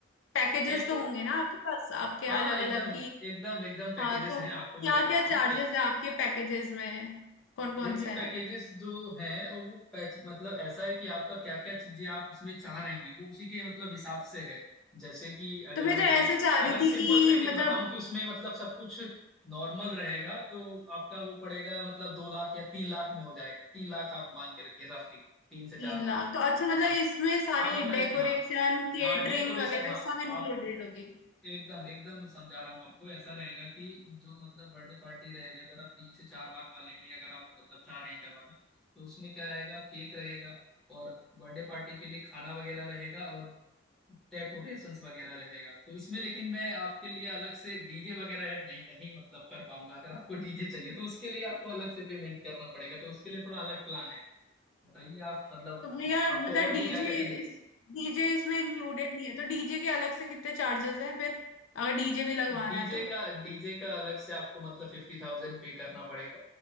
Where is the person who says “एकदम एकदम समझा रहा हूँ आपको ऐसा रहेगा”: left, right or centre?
Centre